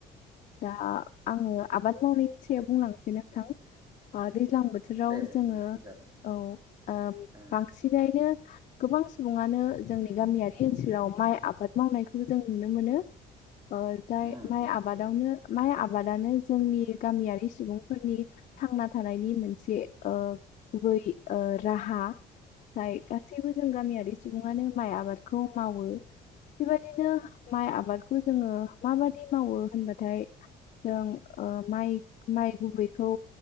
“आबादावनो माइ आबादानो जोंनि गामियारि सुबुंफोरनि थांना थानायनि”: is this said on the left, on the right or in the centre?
Left